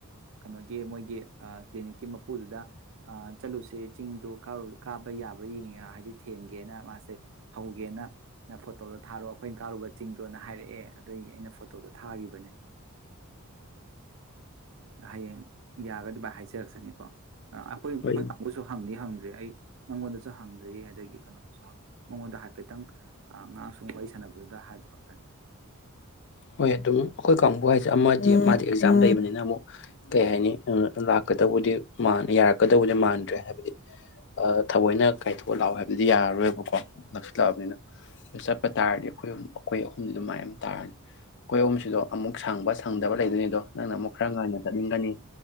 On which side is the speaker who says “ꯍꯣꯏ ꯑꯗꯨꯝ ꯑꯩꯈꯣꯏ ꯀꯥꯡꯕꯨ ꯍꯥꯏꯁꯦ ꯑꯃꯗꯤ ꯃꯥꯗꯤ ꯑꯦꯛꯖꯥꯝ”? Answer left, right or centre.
Left